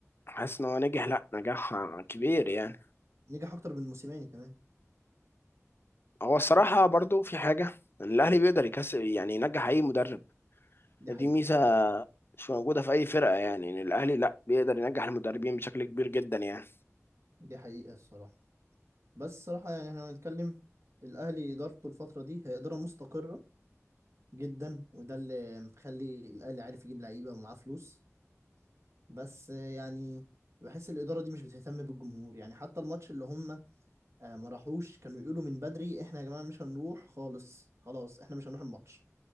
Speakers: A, on the left (about 45°); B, on the right (about 60°).
A: حاسس ان هو نجح لا نجاح كبير يعني
B: نجح اكتر من موسيماني كمان
A: هو الصراحة برضو في حاجة ان الاهلي بيقدر يكسب يعني ينجح اي مدرب
B: دي
A: دي
B: حقيقه
A: ميزة مش موجودة في اي فرقة يعني ان الاهلي لا بيقدر ينجح المدربين بشكل كبير جدا يعني
B: دي حقيقه الصراحه بس صراحة يعني احنا هنتكلم الأهلي إدارته الفترة دي هي إدارة مستقرة جدا وده اللي مخلي الأهلي عارف يجيب لعيبة ومعاه فلوس بس يعني بحس الإدارة دي مش بتهتم بالجمهور يعني حتى الماتش اللي هم آه، ما راحوش كانوا يقولوا من بدري احنا يا جماعة مش هنروح خالص خلاص احنا مش هنروح الماتش